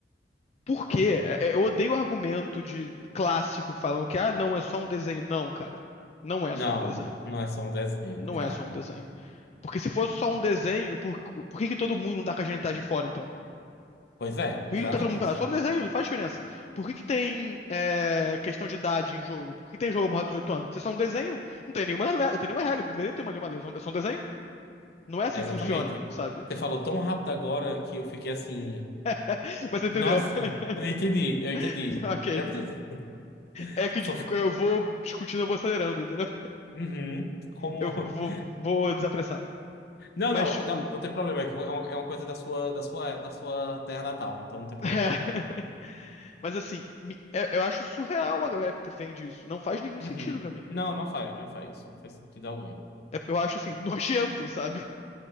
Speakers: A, on the left (about 40°); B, on the left (about 65°).
A: Por quê? É, é, Eu odeio o argumento de clássico que falam que, ah, não, é só um desenho. Não, cara. Não é
B: Não,
A: só um desenho.
B: não é só um desenho,
A: Não
B: cara.
A: é só um desenho. Porque se fosse só um desenho, por, por que que todo mundo não tá com a genitais de fora, então?
B: Pois é,
A: Por
B: exatamente.
A: que não tá todo mundo pelado? Só no desenho, não faz diferença. Por que que tem é, questão de idade em jogo? Por que tem jogo maior de 18 anos? Se é só um desenho, não tem nenhuma, le- não tem nenhuma regra, não deveria ter uma nenhuma lei, é só um- é só um desenho. Não é assim
B: Exatamente.
A: que funciona, sabe?
B: Você falou tão rápido agora que eu fiquei assim.
A: <laughs> Mas você entendeu?
B: Nossa,
A: <laughs>
B: eu entendi, eu entendi.
A: Ok.
B: Deve ter-
A: É que tipo,
B: Só...
A: eu vou discutindo, eu vou acelerando, entendeu?
B: Uhum, Como.
A: Eu vou,
B: <laughs>
A: vou desapressar.
B: Não,
A: Mas,
B: não,
A: tipo.
B: não, não tem problema. É que é uma, é uma coisa da sua, da sua, da sua terra natal, então não
A: <laughs>
B: tem problema.
A: é. Mas assim, me- eu eu acho surreal a galera que defende isso. Não faz nenhum
B: Uhum.
A: sentido pra mim.
B: Não, não faz, não faz. Não faz sentido algum.
A: É- Eu acho assim, <laughs> nojento, sabe?